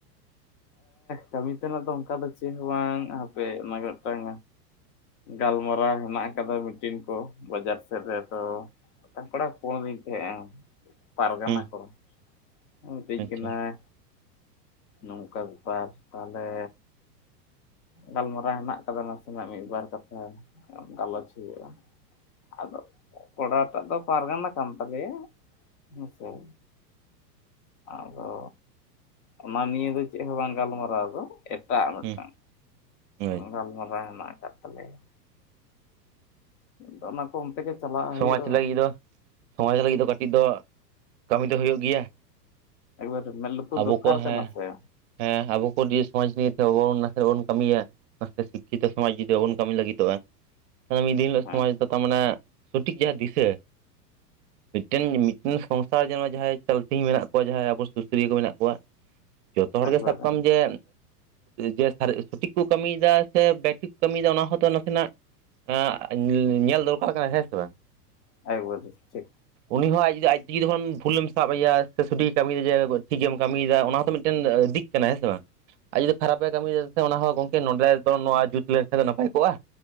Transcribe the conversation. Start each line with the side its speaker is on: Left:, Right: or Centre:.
Left: ᱠᱟᱹᱢᱤ ᱛᱮᱱᱟᱜ ᱫᱚ ᱚᱱᱠᱟ ᱫᱚ ᱪᱮᱫ ᱦᱚᱸ ᱵᱟᱝ ᱦᱟᱯᱮ ᱚᱱᱟ ᱜᱮ ᱢᱤᱫᱴᱟᱱ ᱜᱟᱞᱢᱟᱨᱟᱣ ᱦᱮᱱᱟᱜ ᱠᱟᱫᱟ ᱢᱤᱴᱤᱱ ᱠᱚ ᱵᱟᱡᱟᱨ ᱥᱮᱫ ᱨᱮ ᱛᱚ ᱠᱚᱲᱟ ᱠᱚ ᱦᱚᱦᱚ ᱟᱹᱫᱤᱧ ᱛᱟᱸᱦᱮᱫ ᱟ ᱯᱟᱨᱜᱟᱱᱟ
Right: ᱦᱩᱸ
Left: ᱠᱚ ᱢᱤᱛᱟᱹᱧ
Right: ᱟᱪᱪᱷᱟ
Left: ᱠᱟᱱᱟᱭ ᱱᱚᱝᱠᱟ ᱵᱮᱯᱟᱨ ᱛᱟᱦᱞᱮ ᱜᱟᱞᱢᱟᱨᱟᱣ ᱦᱮᱱᱟᱜ ᱠᱟᱫᱟ ᱱᱟᱥᱮᱱᱟᱜ ᱢᱤᱫᱵᱟᱨ ᱠᱟᱛᱷᱟ ᱜᱟᱞᱚᱪ ᱦᱩᱭᱩᱜᱼᱟ ᱟᱫᱚ ᱠᱚᱲᱟᱞᱴᱟᱜ ᱫᱚ ᱯᱟᱨᱜᱟᱱᱟ ᱠᱟᱱ ᱛᱟᱞᱮᱭᱟ ᱦᱮᱸᱥᱮ ᱟᱫᱚ ᱚᱱᱟ ᱱᱤᱭᱟᱹ ᱫᱚ ᱪᱮᱫ ᱦᱚᱸ ᱵᱟᱝ ᱜᱟᱞᱢᱟᱨᱟᱣ ᱫᱚ ᱮᱴᱟᱜ ᱢᱤᱫᱴᱟᱝ
Right: ᱦᱩᱸ ᱦᱳᱭ
Left: ᱜᱟᱞᱢᱟᱨᱟᱣ ᱦᱮᱱᱟᱜ ᱟᱠᱟᱫ ᱛᱟᱞᱮᱭᱟ ᱚᱱᱟ ᱠᱚ ᱚᱱᱛᱮ ᱜᱮ ᱪᱟᱞᱟᱜ
Right: ᱥᱚᱢᱟᱡᱽ
Left: ᱦᱩᱭᱩᱜᱼᱟ
Right: ᱞᱟᱹᱜᱤᱫ ᱫᱚ ᱥᱚᱢᱟᱡᱽ ᱞᱟᱹᱜᱤᱫ ᱫᱚ ᱠᱟᱹᱴᱤᱡ ᱫᱚ ᱠᱟᱹᱢᱤ ᱫᱚ ᱦᱩᱭᱩᱜ ᱜᱮᱭᱟ
Left: ᱮᱠᱵᱟᱨᱮ ᱢᱮᱫ ᱞᱩᱛᱩᱨ
Right: ᱟᱵᱚ
Left: ᱫᱚᱨᱠᱟᱨ
Right: ᱠᱚᱣᱟᱜ ᱦᱮᱸ
Left: ᱠᱟᱱᱟ ᱥᱮ
Right: ᱦᱮᱸ ᱟᱵᱚ ᱠᱚ ᱫᱤᱭᱮ ᱥᱚᱢᱟᱡ ᱱᱤᱭᱮ ᱛᱮ ᱟᱵᱚ ᱱᱟᱥᱮ ᱵᱚᱱ ᱠᱟᱹᱢᱤᱭᱟ ᱥᱤᱠᱠᱷᱤᱛᱚ ᱥᱚᱢᱟᱡᱽ ᱡᱩᱫᱤ ᱵᱟᱵᱚᱱ ᱠᱟᱹᱢᱤ ᱞᱟᱹᱜᱤᱫᱚᱜᱼᱟ ᱢᱤᱫ ᱫᱤᱱ ᱦᱤᱞᱳᱜ
Left: ᱦᱮᱸ
Right: ᱥᱚᱢᱟᱚ ᱛᱟᱨ ᱢᱮ ᱥᱚᱴᱷᱤᱠ ᱡᱟᱦᱟᱸ ᱫᱤᱥᱟᱹ ᱢᱤᱫᱴᱮᱱ ᱢᱤᱫᱴᱮᱱ ᱥᱚᱝᱥᱟᱨ ᱡᱮᱱ ᱡᱟᱦᱟᱸᱭ ᱪᱚᱞᱛᱤ ᱢᱮᱱᱟᱜ ᱠᱚᱣᱟ ᱡᱟᱦᱟᱸᱭ ᱟᱵᱚ ᱥᱩᱥᱟᱹᱨᱤᱭᱟᱹ ᱠᱚ ᱢᱮᱱᱟᱜ ᱠᱚᱣᱟ ᱡᱚᱛᱚ ᱦᱚᱲᱜᱮ
Left: ᱮᱠᱵᱟᱨᱮ
Right: ᱥᱟᱵ ᱠᱟᱜᱟᱢ ᱡᱮ ᱡᱮ ᱥᱚᱴᱷᱤᱠ ᱠᱚ ᱠᱟᱹᱢᱤᱭᱮᱫᱟ ᱥᱮ ᱵᱮᱭᱴᱤᱠ ᱠᱚ ᱠᱟᱹᱢᱤᱭᱮᱫᱟ ᱚᱱᱟ ᱦᱚᱸᱛᱚ ᱱᱟᱥᱮᱱᱟᱜ <unintelligible> ᱧᱮᱞ ᱫᱚᱨᱠᱟᱨ ᱠᱟᱱᱟ ᱦᱮᱸ ᱥᱮ ᱵᱟᱝ
Left: <unintelligible> ᱴᱷᱤᱠ
Right: ᱩᱱᱤ ᱦᱚᱸ ᱟᱡ ᱟᱡ ᱛᱮᱜᱮ ᱡᱚᱠᱷᱚᱱ ᱵᱷᱩᱞᱮᱢ ᱥᱟᱵ ᱟᱭᱟ ᱥᱮ ᱥᱚᱴᱷᱤᱠ ᱠᱟᱹᱢᱤᱭ ᱫᱟ ᱡᱮ ᱴᱷᱤᱠ ᱜᱮᱢ ᱠᱟᱹᱢᱤᱭᱮᱫᱟ ᱚᱱᱟ ᱛᱚ ᱢᱤᱫᱴᱮᱱ ᱫᱤᱠ ᱠᱟᱱᱟ ᱦᱮᱸ ᱥᱮ ᱵᱟᱝ ᱟᱨ ᱡᱩᱫᱤ ᱠᱷᱟᱨᱟᱯᱮ ᱠᱟᱹᱢᱤᱭ ᱫᱮ ᱚᱱᱟ ᱦᱚᱸ ᱜᱚᱝᱠᱮ ᱱᱚᱸᱰᱮ ᱫᱚ ᱱᱚᱣᱟ ᱡᱩᱛ ᱞᱮᱱᱠᱷᱟᱱ ᱫᱚ ᱱᱟᱯᱟᱭ ᱠᱚᱜᱼᱟ